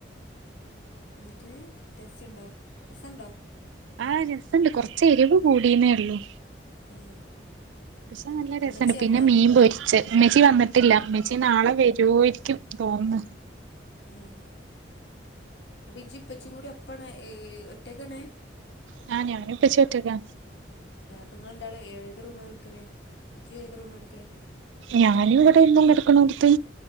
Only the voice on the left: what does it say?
എന്നിട്ട് ടെസ്റ്റ് ഉണ്ടോ രസോണ്ടോ
ഉം
ഇമ്മച്ചി
വന്നാ
ഉം. അപ്പൊ ഇജി ഇപ്പച്ചും കൂടി ഒപ്പണ് ഒറ്റക്കാണ്
അപ്പ നിങ്ങൾ രണ്ടാളും ഏത് റൂം എടുക്കല് ജ്ജി ഏത് റൂം എടുക്കേ